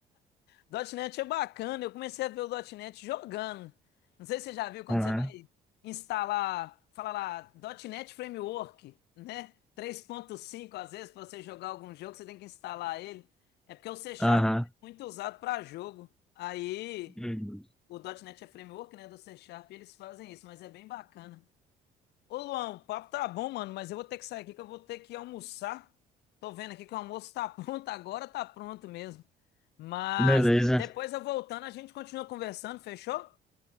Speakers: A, on the left; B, in the centre.
A: .ponto .NET é bacana, eu comecei a ver o .ponto .NET jogando. Não sei se você já viu quando
B: Aham.
A: você vai instalar, fala lá, .ponto .NET Framework, né? Três ponto cinco, às vezes, para você jogar algum jogo, você tem que instalar ele. É porque o C Sharp
B: Aham.
A: é muito usado para jogo. Aí,
B: Uhum.
A: o .ponto .NET é framework, né, do C Sharp, e eles fazem isso, mas é bem bacana. Ô Luan, o papo tá bom, mano, mas eu vou ter que sair aqui que eu vou ter que almoçar. Tô vendo aqui que o almoço tá <laughs> pronto, agora tá pronto mesmo. Mas
B: Beleza.
A: depois eu voltando, a gente continua conversando, fechou?